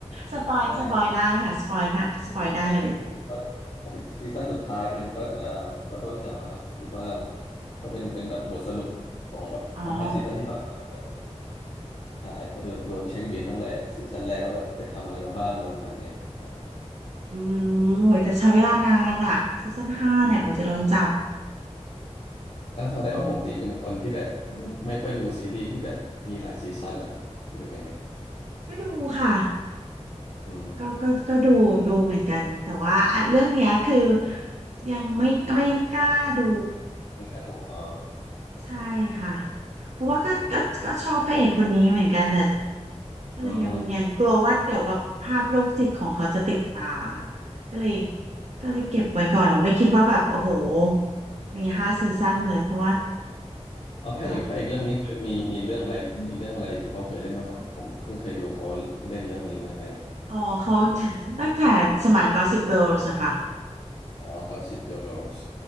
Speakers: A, on the right (about 75°); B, on the left (about 60°).
A: สปอยสปอยได้ค่ะสปอยค่ะสปอยได้เลย
B: ใช่ อ่าโอเคก็ก็ซีซั่นสุดท้ายมันก็จะก็โดนจับอะครับคิดว่าก็เป็นเป็นแบบบทสรุปของแบบทั้งห้าซีซั่นที่ผ่านมาว่าแบบ
A: อ๋อ
B: ใช่ก็โดนโดนเช็คบินตั้งแต่ซีซั่นแรกว่าแบบไปทำอะไรมาบ้างเลยประมาณเนี้ยครับใช่
A: อืมโหยแต่ใช้เวลานานอะซีซั่นห้าเนี่ยกว่าจะโดนจับ
B: อืมฮึอืมอ่าแล้วแสดงว่าปกติเป็นคนที่แบบไม่ไม่ค่อยดูซีรีส์ที่แบบมีหลายซีซั่นแล้วครับหรือยังไง
A: อืมก็ดูค่ะ
B: อืม
A: ก็ก็ก็ดูดูเหมือนกันแต่ว่าอ่ะเรื่องเนี้ยคือ
B: โอเค
A: ยังไม่ไม่กล้าดู
B: ไม่กล้าดูอ่า
A: ใช่ค่ะเพราะว่าก็ก็ก็ชอบพระเอกคนนี้เหมือนกันแต่ ก็เลยยังยังกลัวว่าเดี๋ยวแบบภาพโรคจิตของเขาจะติดตา
B: อืม
A: ก็เลยก็เลยเก็บไว้ก่อนนะไม่คิดว่าแบบโอ้โหมีห้าซีซั่นเลยเพราะว่า
B: เออพระเอกพระเอกเรื่องนี้คือมีมีเรื่องอะไรมีเรื่องอะไรที่เขาเคยเล่นมาก่อน
A: ค่ะ
B: ผมเพิ่งเคยดูเขาเล่นเรื่องนี้เรื่องแรก
A: อ๋อเขา <laughs> ตั้งแต่สมัย Gossip Girls นะคะ
B: อ๋อ Gossip Girls